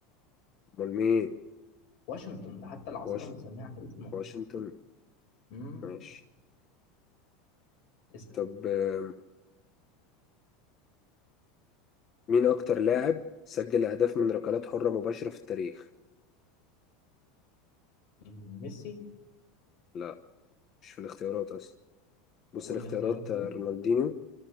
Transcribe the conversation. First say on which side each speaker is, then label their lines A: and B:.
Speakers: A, on the left; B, on the left.
A: أمال مين
B: واشنطن ده حتى العاصمه
A: واش...
B: متسميه على اسمه
A: واشنطن
B: امم
A: ماشي
B: اسال
A: طب آه، مين أكتر لاعب سجل أهداف من ركلات حرة مباشرة في التاريخ
B: مم، ميسي
A: لا مش في الاختيارات أصلا بص
B: طب قول
A: الاختيارات
B: لي اختيارات كده
A: آه، رونالدينيو